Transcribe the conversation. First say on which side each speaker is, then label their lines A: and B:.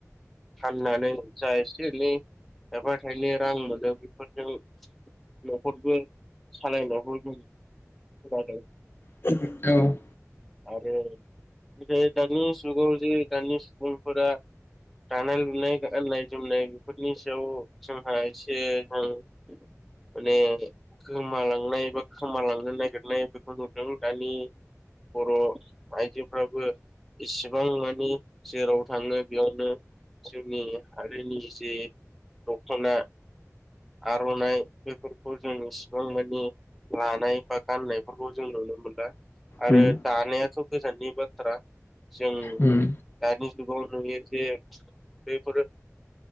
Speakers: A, in the centre; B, on the left (about 45°).
A: फाननानै जा एसे एनै थायफा थाइनै रां मोनो बेफोरजों न'खरबो सालायनायबो जों <unintelligible>
B: <unintelligible> औ
A: आरो बे दानि जुगाव जे दानि सुबुंफोरा दानाय लुनाय गाननाय जोमनाय बेफोरनि सायाव जोंहा एसे जों माने गोमालांनाय बा खोमालांनो नागिरनाय बेखौ नुदों दानि बर' आइजोफ्राबो इसेबां माने जेराव थाङो बेयावनो जोंनि हारिनि जे दख'ना आर'नाइ बेफोरखौ जों इसिबां मानि लानाय बा गाननायफोरखौ जों नु नुनो मोनला आरो
B: उम
A: दानायाथ' गोजाननि बाथ्रा जों
B: उम
A: दानि जुगाव नुयो जे बेफोरो